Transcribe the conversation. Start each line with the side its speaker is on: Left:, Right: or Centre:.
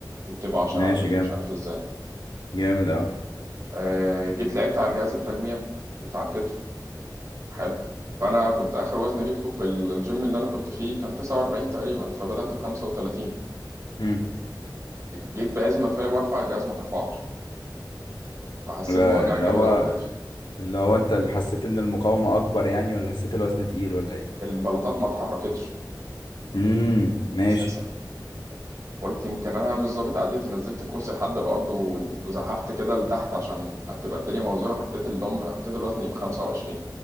Right: بتبقى 10
Left: ماشي
Right: عدات
Left: جامد
Right: مش عارف ازاي
Left: جامد اوي
Right: آه جيت لعبت على الجهاز التجميع بتاع الكتف حلو فانا كنت اخر وزن جبته في الجيم اللي انا كنت فيه كان 49 تقريبا فبدات ب 35
Left: امم
Right: جيت بعزمه فيا برفع الجهاز ما اترفعش فحسيت
Left: يبقى
Right: بوجع
Left: اللي
Right: جامد
Left: هو
Right: قوي في كتفي
Left: اللي هو انت اللي حسيت ان المقاومة اكبر يعني ولا حسيت الوزن تقيل ولا ايه
Right: البلاطات ما اتحركتش
Left: امم ماشي
Right: اساسا قلت يمكن انا مش ظابط عديتي نزلت الكرسي لحد الارض ون- وزحفت كده لتحت عشان تبقى الدنيا موزونه وحطيت الدمب حطيت الوزن يبقى 25